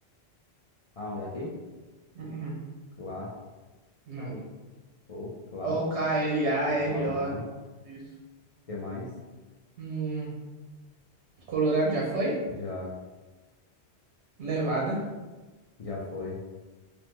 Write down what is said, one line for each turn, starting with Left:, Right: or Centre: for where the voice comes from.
Left: Ah, onde é aqui?
Right: Uhum.
Left: Ocla,
Right: Não.
Left: Ocla,
Right: O-K-L-A-R-O.
Left: Oklahoma.
Right: Isso.
Left: O que mais?
Right: Hum, Colorado já foi?
Left: Já,
Right: Nevada.
Left: já foi.